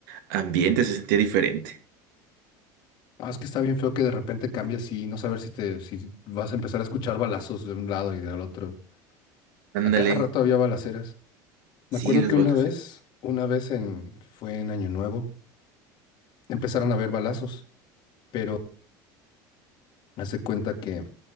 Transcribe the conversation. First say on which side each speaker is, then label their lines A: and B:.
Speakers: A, on the right (about 85°); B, on the left (about 50°).
A: ambiente se sentía diferente.
B: Ah, es que está bien feo que de repente cambias y no saber si te, si vas a empezar a escuchar balazos de un lado y del otro.
A: Ándale,
B: A cada rato había balaceras. Me
A: sí,
B: acuerdo
A: las
B: que una
A: balas.
B: vez, una vez en, fue en Año Nuevo, empezaron a haber balazos, pero hace cuenta que